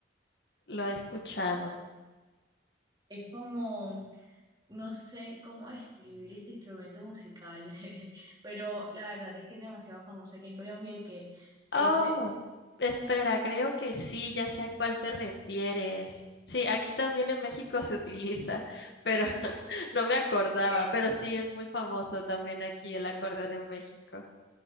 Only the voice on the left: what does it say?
lo he escuchado.
Oh,
espera, creo que sí, ya sé a cuál te refieres. Sí, aquí también en México se utiliza, pero <laughs> no me acordaba,
pero sí es muy famoso también aquí el acordeón en México.